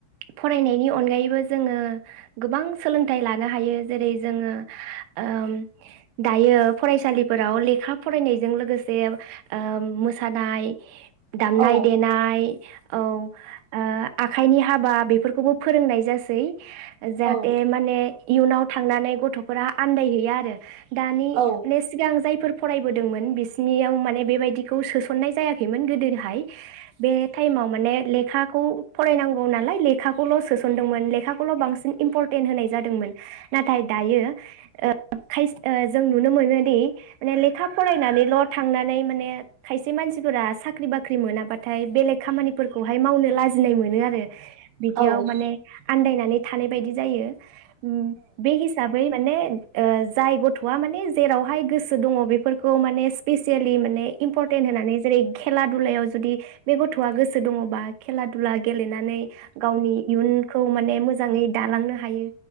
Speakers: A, on the right (about 85°); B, on the right (about 55°).
A: फरायनायनि अनगायैबो जोंङो गोबां सोलोंथाइ ला नो हायो जेरै जोंङो। ओम दायो फरायसालिफोराव लेखा फरायनायजों लोगोसे ओ मोसानाय। दामनाय
B: औ
A: देनाय। आइ औ ओ। आखाइनि हाबा बेफोरखौबो फोरोंनाय जासै। जाहाथे
B: औ
A: माने इयुनाव थांनानै गथ फोर आन्दायहैया आरो। दानि
B: औ
A: सिगां जायफोर फरायबोदोंमोन बिसिनियाव माने बेबायदिखौ सोसननाय जायाखैमोन गोदोहाय। बे टाइमाव माने लेखाखौ फरायनांगौ नालाय लेखाखौल सोसनदोंमोन लेखाखौल बांसिन इम्परटेन्ट होनाय जादोंमोन नाथाय दायो ओ खायस ओ जों नुनो मोनोदि माने लेखा फरायनानैल थांनानै माने खायसे मानसिफोरा साख्रि बाख्रि मोनाबा। नाथाय बेलेग खामानिफोरखौहाय मावनो लाजि गिनाय मोनो आरो बिदियाव
B: औ
A: माने आन्दायनानै। थानाय बायदि। जायो बे हिसाबै माने। जाय गथआ माने जेरावहाय गोसो दङ बेफोरखौ माने स्पेसियेलि माने इम्परटेन्ट होनानै जेरै खेला दुलायाव जुदि। बे गथ'आ गोसो दङबा खेला। दुला गेलेनानै गावनि इयुनखौ माने मोजाङै दालांनो हायो